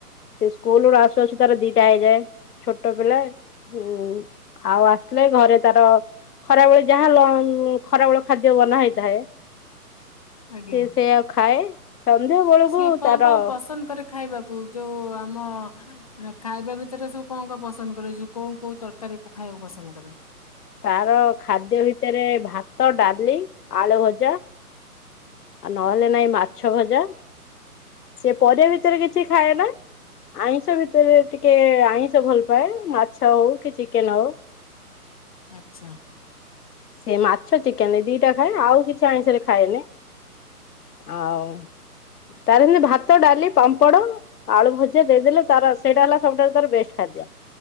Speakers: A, on the left; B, on the left.
A: ସେ ସ୍କୁଲ ର ଆସୁ ଆସୁ ତାର ଦିଟା ହେଇଯାଏ। ଛୋଟ ପିଲା ହଁ ଆଉ ଆସିଲେ ଘରେ ତାର ଖରାବେଳେ ଯାହା ଲ ଖରାବେଳ ଖାଦ୍ୟ ବନା ହେଇଥାଏ।
B: ଆଜ୍ଞା
A: ସି ସେଆଉ ଖାଏ ସନ୍ଧ୍ୟା ବେଳକୁ
B: ସିଏ କଣ
A: ତାର।
B: କଣ ପସନ୍ଦ କରେ ଖାଇବାକୁ ଯୋଉ ଆମ ଖାଇବା ଭିତରେ ସବୁ କଣ କଣ ପସନ୍ଦ କରେ କୋଉ କୋଉ ତରକାରୀ ଖାଇବାକୁ ପସନ୍ଦ କରେ?
A: ତାର ଖାଦ୍ୟ ଭିତରେ ଭାତ, ଡାଲି, ଆଳୁ ଭଜା। ଆଉ ନହେଲେ ନାଇଁ ମାଛ ଭଜା ସେ ପରିବା ଭିତରେ କିଛି ଖାଏ ନା ଆଇଁଷ ଭିତରେ ଟିକେ ଆଇଁଷ ଭଲ ପାଏ ମାଛ ହଉ କି ଚିକେନ ହଉ।
B: ଆଚ୍ଛା।
A: ସେି ମାଛ ଚିକେନ ଏଇ ଦିଟା ଖାଏ ଆଉ କିଛି ଆଇଷରେ ଖାଏନି ଆଉ ତାର କିନ୍ତୁ ଭାତ ଡାଲି ପାମ୍ପଡ଼ ଆଳୁ ଭଜିଦେଇଦେଲେ ତାର ସେଇଟା ହେଲା ସବୁଠାରୁ ତାର ବେଷ୍ଟ ଖାଦ୍ୟ।